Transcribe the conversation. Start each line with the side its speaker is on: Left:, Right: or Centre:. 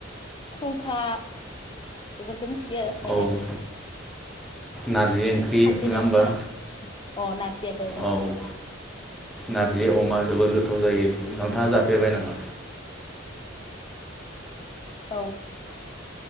Left: खुंखा बेफोर खो‌ मिथिगो ओमफाय
Centre: औ
Left: बाकि
Centre: नारजि ओंख्रि
Left: खाससे
Centre: नङा
Left: दोंङो
Centre: होमबा
Left: खोना अ नारजियाबो उम।
Centre: औ नारजि अमा जोबोर गोथाव जायो नोंथांङा जाफेरबाय नामा?
Left: औ।